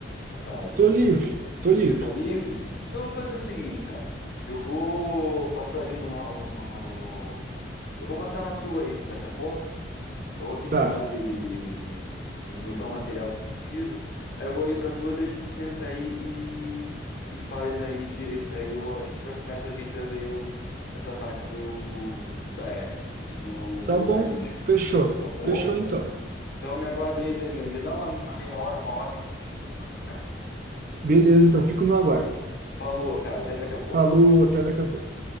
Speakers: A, on the left (about 50°); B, on the right (about 45°).
A: da tarde?
B: Tô livre, tô livre.
A: Você tá livre? Então eu vou fazer o seguinte, cara. Eu vou passar ali no, no- no- no- no- no- Eu vou passar na tua aí daqui a pouco. Só vou aqui
B: Tá,
A: terminar de, de- de- de- de juntar o material que eu preciso. Aí eu vou aí pra tua, daí a gente senta aí e, e faz aí direito. Aí eu acho que já começa ajeitando aí o- essa parte do, da ESP e do
B: tá
A: logaritmo.
B: bom, fechou,
A: Tá bom?
B: fechou então.
A: Então me aguarda aí, me dá uma, uma meia hora, uma hora e já tô chegando na tua casa.
B: Beleza, então fico no aguardo.
A: Falou, cara, até daqui a pouco.
B: Falou, até daqui a pouco.